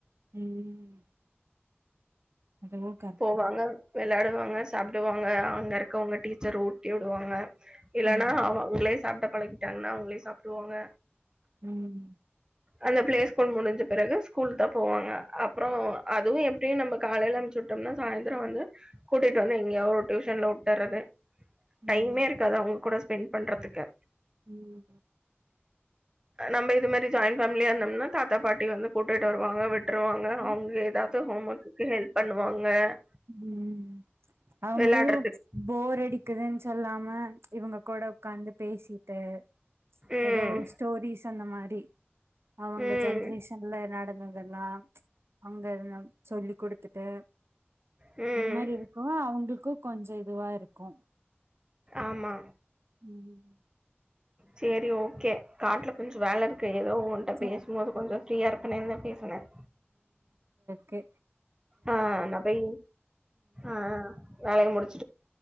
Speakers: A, on the right; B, on the right.
A: ம் அதுவு கரெக்ட்டு
B: போவாங்க
A: தா
B: வெளாடுவா அங்க சாப்டுவாங்க அங்க இருக்கவங்க டீச்சர் ஊட்டி உடுவாங்க இல்லனா
A: ம்
B: அ அவுங்களே சாப்ட பழகிட்டாங்னா அவங்களே சாப்ட்ருவாங்க
A: ம்
B: அந்த பிளே ஸ்கூல் முடிஞ்ச பிறகு ஸ்கூல்தா போவாங்க அப்ற அதுவு எப்டியு நம்ம காலைல அனுப்ச்சு விட்டம்னா சாயந்திரம் வந்து கூட்டிட்டு வந்து எங்கேயாவ ஒரு டியூஷன்ல விட்டுறது
A: ம்
B: டைமே இருக்காது அவங்க கூட ஸ்பெண்ட் பண்ணுறதுக்கு
A: ம்
B: நம்ம இது மாரி ஜாயிண்ட் ஃபேமிலியா இருந்தோம்னா தாத்தா பாட்டி வந்து கூட்டிட்டு வருவாங்க விட் விட்ருவாங்க
A: ம்
B: அவங்க ஏதாவது ஹோம் ஒர்க்கு ஹெல்ப் பண்ணுவாங் க
A: உம் அவங்கு
B: விளையாடுறதுக்கு
A: போர் அடி க்குதன்னு சொல்லாம இவங்க கூட உட்காந்து பேசிட்டு ச்சு
B: ம்
A: ஏதோ ஸ்டோரிஸ் அந்த மாரி அவங்க
B: ம்
A: ஜென்ரேஷன்ல நடந்ததெல்லா ச்சு அவங்க சொல்லி் கொடுத்துட்டு
B: ம்.
A: அந்த மாரி இருக்கவு அவங்களுக் கொ கொஞ்சோ இதுவா இருக் கோம்
B: ஆமா.
A: உம்
B: சேரி ஓகே காட்ல கொஞ்ச வேல இருக்கு ஏதோ ஒ்கிட்ட
A: ச
B: பேசும் போது கொஞ்சோ ஃப்ரீயா இருப்பனேதா பேசனேன்
A: கே
B: ஆஹ் நா பய் ஆஹ் வேலைய முடிச்சு